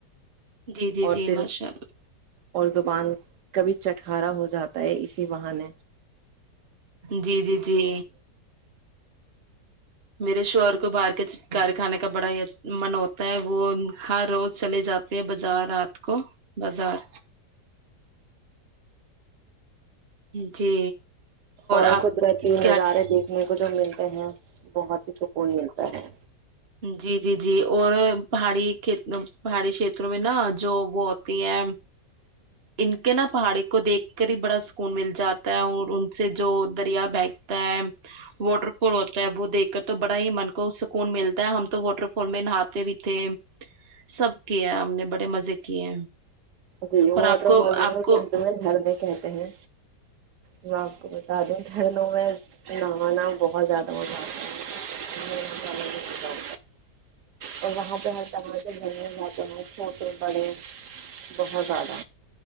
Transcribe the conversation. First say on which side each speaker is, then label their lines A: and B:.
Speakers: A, on the right; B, on the right.
A: جی جی
B: اور
A: جی
B: دل
A: ماشاء اللہ
B: اور زبان کبھی چٹکارا ہو جاتا ہے اسی بہان
A: جی جی جی میرے شور باہر کے گار کھانے کا بڑا ہی من ہوتا ہے وہ ہر روز چلے جاتے ہیں بازار رات کو بازار جی
B: اور
A: آپ
B: قدرتی نظارے
A: کیا
B: دیکھنے کو جو ملتے ہیں بہت ہی سکون ملتا ہے
A: جی جی جی اور پہاڑی ک پہاڑی کھیتروں میں نا جو وہ ہوتی ہیں ان کے نا پہاڑی کو دیکھ کر ہی بڑا سکون مل جاتا ہے اور ان سے جو دریا بہگتا ہے واٹر فول ہوتا ہے وہ دیکھ کر تو بڑا ہی من کو سکون ملتا ہم تو واٹر فال میں نہاتے بھی تھے سب کیے ہم نے بڑے مزے کیے
B: جی وہ
A: اور آپ
B: واٹر
A: کو
B: فال س
A: آپ کو
B: جھرنے کہتے ہیں میں آپ کو بتا دوں گ لوں میں نہ نہ بہت زیادہ مزہ آتا ہے، اور وہاں پہ ہ تے گھر ہیں چھوٹے بڑے بہت زیادہ